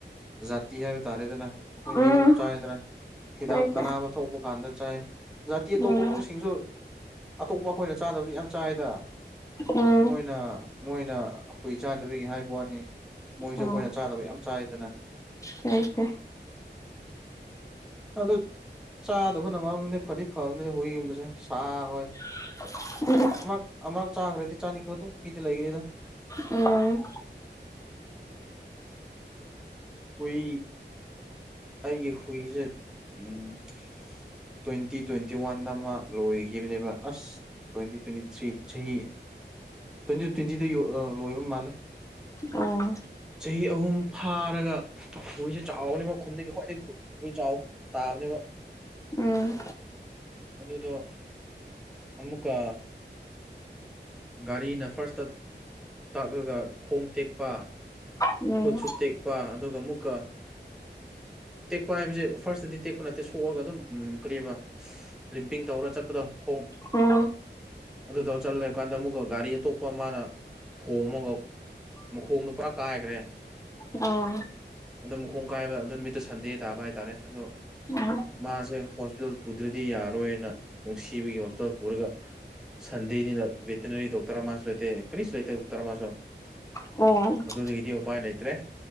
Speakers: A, in the centre; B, on the left (about 15°).
A: ꯖꯥꯇꯤ ꯍꯥꯏꯕ ꯇꯥꯔꯦꯗꯅ ꯑꯩꯈꯣꯏ
B: ꯎꯝ
A: ꯃꯤꯗꯤ ꯑꯗꯨꯝ ꯆꯥꯏꯌꯦꯗꯅ ꯍꯤꯗꯥꯛ
B: ꯆꯥꯏ ꯆꯥꯏ
A: ꯑꯅꯥꯕ ꯊꯣꯡꯕ ꯀꯥꯟꯗ ꯆꯥꯏ ꯖꯥꯇꯤ ꯑꯇꯣꯞ
B: ꯎꯝ
A: ꯑꯇꯣꯞꯄꯁꯤꯡꯁꯨ ꯑꯇꯣꯞꯄ ꯑꯩꯈꯣꯏꯅ ꯆꯥꯗꯕꯁꯨ ꯌꯥꯝ ꯆꯥꯏꯗ
B: ꯎꯝ
A: ꯃꯣꯏꯅ ꯃꯣꯏꯅ ꯍꯨꯏ ꯆꯥꯟꯗꯕꯒꯤ ꯍꯥꯏꯕ ꯋꯥꯅꯤ ꯃꯣꯏꯖꯨ
B: ꯑꯣ
A: ꯑꯩꯈꯣꯏꯅ ꯆꯥꯗꯕ ꯌꯥꯝ ꯆꯥꯏꯗꯅ
B: ꯐꯩ ꯐꯩ
A: ꯑꯗꯨ ꯆꯥꯗꯕ ꯅ ꯃꯔꯗꯤ ꯐꯗꯤ ꯐꯕꯅꯤꯗ ꯍꯨꯏꯒꯨꯝꯕꯁꯦ ꯁꯥ ꯍꯣꯏ
B: ꯎ <unintelligible>
A: ꯑꯃꯔꯛ ꯑꯃꯔꯛ ꯆꯥꯒ꯭ꯔꯗꯤ ꯆꯥꯅꯤꯡꯕ ꯑꯗꯨꯝ ꯃꯤꯗꯨ ꯂꯩꯒꯅꯤꯗ‌ꫭ
B: ꯎꯝ
A: ꯍꯨꯏ ꯑꯩꯒꯤ ꯍꯨꯏꯁꯦ ꯎꯝ ꯇ꯭ꯋꯦꯟꯇꯤ ꯇ꯭ꯋꯦꯟꯇꯤ ꯋꯥꯟꯗ ꯃꯥ ꯂꯣꯏꯈꯤꯕꯅꯦꯕ ꯑꯁ ꯇ꯭ꯋꯦꯟꯇꯤ ꯇ꯭ꯋꯦꯟꯇꯤꯊ꯭ꯔꯤ ꯆꯍꯤ ꯇ꯭ꯋꯦꯟꯇꯤ ꯇ꯭ꯋꯦꯟꯇꯤꯗ ꯂꯣꯏꯕ ꯃꯥꯜꯂꯦ
B: ꯑꫭ
A: ꯆꯍꯤ ꯑꯍꯨꯝ ꯐꯥꯔꯒ ꯍꯨꯏꯁꯦ ꯆꯥꯎꯕꯅꯤ ꯈꯨꯟꯗꯒꯤ ꯈ꯭ꯋꯥꯏꯗꯒꯤ ꯍꯨ ꯆꯥꯎ ꯇꯥꯕꯅꯦꯕꯥ
B: ꯎꯝ
A: ꯑꯗꯨꯗꯣ ꯑꯃꯨꯀ ꯒꯥꯔꯤꯅ ꯐꯥ꯭ꯔꯁꯇ ꯇꯛꯑꯒ ꯈꯣꯡ ꯇꯦꯛꯄ
B: ꯎꯝ
A: ꯈꯨꯠꯁꯨ ꯇꯦꯛꯄ ꯑꯗꯨꯒ ꯑꯃꯨꯛꯀ ꯇꯦꯛꯄ ꯍꯥꯏꯕꯁꯦ ꯐꯥꯔꯁꯇꯗꯤ ꯇꯦꯛꯄ ꯅꯠꯇꯦ ꯁꯣꯛꯑꯒ ꯑꯗꯨꯝ ꯎ ꯀꯔꯤꯌ‌ꯦꯕꯥ ꯂꯤꯝꯄꯤꯡ ꯇꯧꯔꯒ ꯆꯠꯄꯗꯣ ꯈꯣꯡ
B: ꯎꯝ
A: ꯑꯗꯨꯗꯣ ꯆꯜ ꯂꯧ ꯀꯥꯟꯗ ꯑꯃꯨꯛꯀ ꯒꯥꯔꯤ ꯑꯇꯣꯞꯄ ꯑꯃꯅ ꯊꯣꯝꯃꯒ ꯃꯈꯣꯡꯗꯣ ꯄꯨꯔꯥ ꯀꯥꯏꯈ꯭ꯔꯦ
B: ꯑꯣ
A: ꯑꯗꯨ ꯃꯈꯣꯡ ꯀꯥꯏꯕ ꯑꯗꯨ ꯅꯨꯃꯤꯠꯇꯨꯁ ꯁꯟꯗꯦ ꯇꯥꯕ ꯍꯥꯏꯇꯥꯔꯦ ꯑꯗꯣ
B: ꯎꯝ
A: ꯃꯥꯁꯦ ꯍꯣꯁꯄꯤꯇꯥꯜ ꯄꯨꯗ꯭ꯔꯗꯤ ꯌꯥꯔꯣꯏꯅ ꯅꯨꯡꯁꯤꯕꯒꯤ ꯍꯣꯁꯄꯤꯇꯥꯜ ꯄꯨꯔꯒ ꯁꯟꯗꯦꯅꯤꯅ ꯕ‌ꯦꯠꯇꯅꯔꯤ ꯗꯣꯛꯇꯔ ꯑꯃꯁꯨꯂꯩꯇꯦ ꯀꯔꯤꯁꯨ ꯂꯩꯇꯦ ꯗꯣꯛꯇꯔꯁꯨ
B: ꯑꯣ ꯎꯝ
A: ꯑꯗꯨꯗꯒꯤꯗꯤ ꯎꯄꯥꯏ ꯂꯩꯇ꯭ꯔꯦ